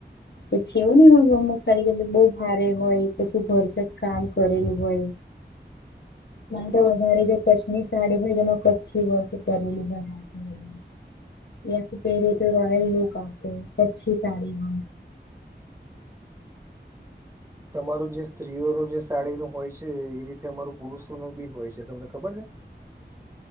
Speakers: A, on the left; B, on the right.
A: પછી એવું નહી હોય રમત ખાડી કેર બહુ ભારે હોય પછી ભરજક કામ કરેલું હોય મારે તો વધ જે કચ્છ ની સાડી હોય તેમાં કચ્છી હો કરેલી બ હમ યાસ પહેરે તો રોયલ લુક આવતો હ અચ્છી સાડી બ
B: તમારું જે સ્ત્રીઓનું જે સાડી નું હોય છે એ રીતે અમારું પુરુષો ન બી હોય છે તમને ખબર છે